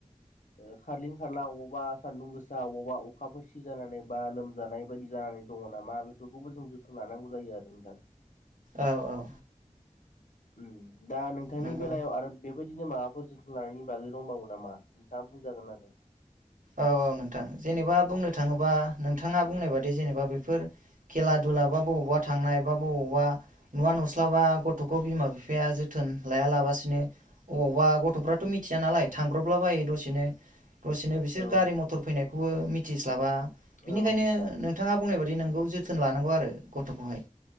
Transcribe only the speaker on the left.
ओ खारलिं खारला अबावबा सान्दुं गोसा अबावबा अखाफोर सि जानानै बा लोमजानाय बायदि जानानै दङ नामा बे खौबो जों जोथोन लानांगौ जायो आरो नोंथां।
ओम दा नोंथांनि
बेलायाव आरो बेबाय दिनो माबाफोर जोथोन लानायनि बागै दंबावो नामा नोंथाङा बुंजागोन आरो
औ
औ उम